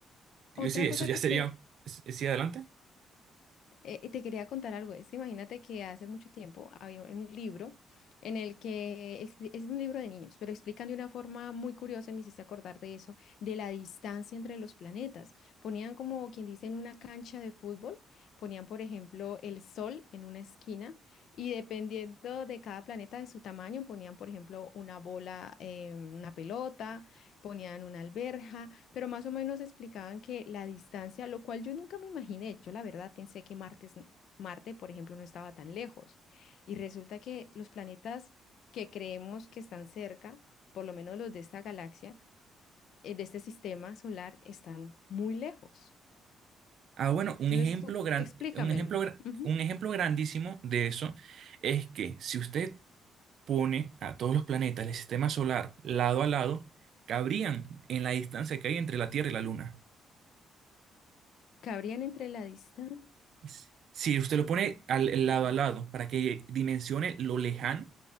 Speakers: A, on the left; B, on the right.
A: otra
B: sí, eso
A: cosa
B: ya
A: que
B: sería,
A: te,
B: sí, adelante.
A: Eh, te quería contar algo, es que imagínate que hace mucho tiempo había un libro en el que expli- es un libro de niños, pero explican de una forma muy curiosa, y me hiciste acordar de eso, de la distancia entre los planetas. Ponían como quien dice en una cancha de fútbol, ponían por ejemplo el Sol en una esquina y dependiendo de cada planeta de su tamaño, ponían por ejemplo una bola, eh, una pelota ponían una alberja, pero más o menos explicaban que la distancia, lo cual yo nunca me imaginé, yo la verdad pensé que Marte, Marte, por ejemplo, no estaba tan lejos. Y resulta que los planetas que creemos que están cerca, por lo menos los de esta galaxia, eh, de este sistema solar, están muy lejos.
B: Ah, bueno, un
A: Entonces,
B: ejemplo
A: tú
B: gran,
A: explícamelo.
B: un ejemplo, gra-
A: Ujú.
B: un ejemplo grandísimo de eso es que si usted pone a todos los planetas del sistema solar lado a lado, cabrían en la distancia que hay entre la Tierra y la Luna.
A: ¿Cabrían entre la distancia?
B: Es- Si usted lo pone al lado a lado para que dimensione lo lejano,